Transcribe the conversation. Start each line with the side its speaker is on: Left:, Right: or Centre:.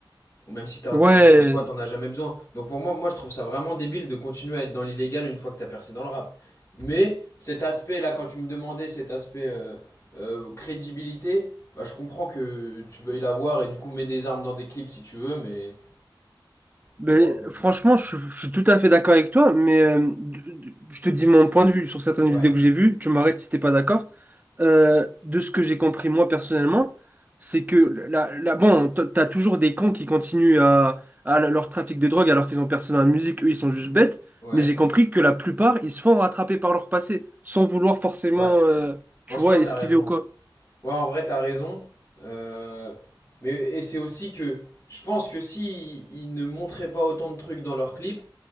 Left: Même si t'as,
Right: Ouais,
Left: t'en- en soi t'en as jamais besoin. Donc pour moi, moi je trouve ça vraiment débile de continuer à être dans l'illégal une fois que t'as percé dans le rap. Mais cet aspect là, quand tu me demandais cet aspect euh, euh, crédibilité, bah je comprends que tu veuilles l'avoir et du coup mets des armes dans des clips si tu veux, mais
Right: Ben,
Left: bon, moi
Right: franchement,
Left: je m'en fous.
Right: je, je suis tout à fait d'accord avec toi, mais euh, d- d- je te dis mon point de vue sur certaines
Left: Ouais,
Right: vidéos que j'ai vues, tu m'arrêtes si t'es pas d'accord. Euh, de ce que j'ai compris moi personnellement, c'est que la, la, bon, t- t'as toujours des cons qui continuent à, à leur trafic de drogue alors qu'ils ont personne dans la musique, eux ils sont juste bêtes,
Left: ouais,
Right: mais j'ai compris que la plupart ils se font rattraper par leur passé sans vouloir forcément,
Left: ouais.
Right: euh, tu
Left: En soi
Right: vois,
Left: t'as
Right: esquiver
Left: raison.
Right: ou quoi.
Left: Ouais, en vrai, t'as raison. Euh, mais et c'est aussi que je pense que si ils ne montraient pas autant de trucs dans leurs clips,